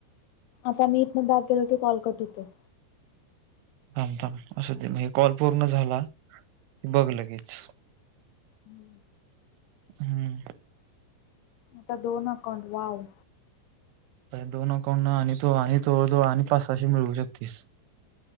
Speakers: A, on the left; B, on the right.
A: आता मी इथन बाग गेलो के कॉल करट होतो
B: ाम थाम असं दे म्ह कॉल पूर्ण झाला हे बघ ल केच
A: हम्म
B: हम्म
A: आता दोन अकाउंट वाव
B: दोन अकाउंट आणि तो आणि जवळजवळ आणि पाच सशे मिळवू शकतीस